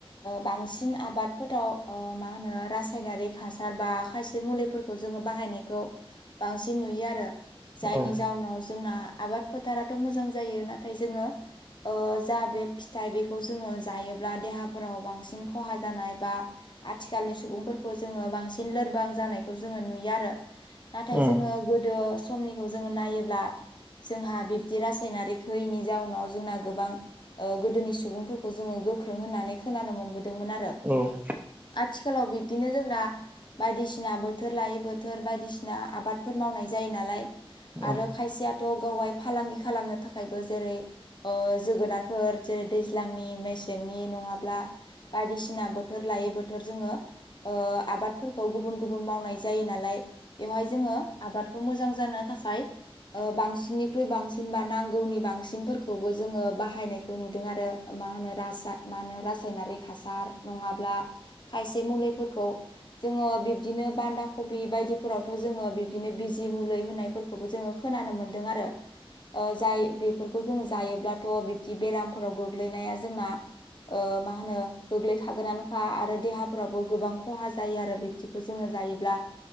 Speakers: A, on the left; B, on the right.
A: बांसिन आबादफोराव मा होनो रासायनारिक हासार बा खायसे मुलिफोरखौ खौ जोङो बाहायनायखौ बांसिन नुयो आरो जायनि
B: औ
A: जााहउनाव जोंना आबाद फोथाराथ' मोजां जायो नाथाय जोङो जा बे फिथाइ बेखौ जोङो जायोब्ला देहाफोराव बांसिन खहा जानाय बा आथिखालनि सुबुंफोरखौ जोङो बांसिन लोरबां जानायखौ जोङो नुयो आरो नाथाय
B: उम
A: जोङो गोदो समनिखौ जोङो नायोब्ला जोंहा बे बिदि रासायनारिक होयैनि जाउनाव जोंना गोबां गोदोनि सुबुंफोरखौ जोङो गोख्रों होननानै खोनानो मोनबोदोंमोन आरो
B: औ
A: आथिखालाव बिब्दिनो जोंना बायदिसिना बोथोर लायै बोथोर बायदिसिना आबादफोर मावनाय जायो नालाय
B: औ
A: आरो खायसेयाथ' गावाय फालांगि खालामनो थाखायबो जेरै जोगोनारफोर जेरै दैज्लांनि मेसेंनि नङ बायदिसिना बोोर बोथोर लायै बोथोर जोङो आबादफोरखौ गुबुन गुबुन मावनाय जायो नालाय बेवहाय जोङो आबादखौ मोजां जानो थाखाय बांसिननिख्रुइ बांसिन सिनबा नांगौनि बांसिनफोरखौबो जोङो बाहायनायखौ नुदों आरो मा होनो राजसाा मा होनो रासायनारिक हासार नङाब्ला खायसे मुलिफोरखौ जोङो बिबदिनो बान्दा कबि बायदिफोरावथ' जोङो बिबदिनो बिजि मुलि होनायफोरखौ खौबो जोङो खोनानो मोन्दों आरो जाय बेफोरखौ जोङो जायोब्लाथ' बिब्दि बेरामफोराव गोग्लैनाया जोंना मा होनो गोग्लैखागोनानो आरो देहाफोरावबो गोबां खहा जायो आरो बिब्दिखौ जोङो जायोब्ला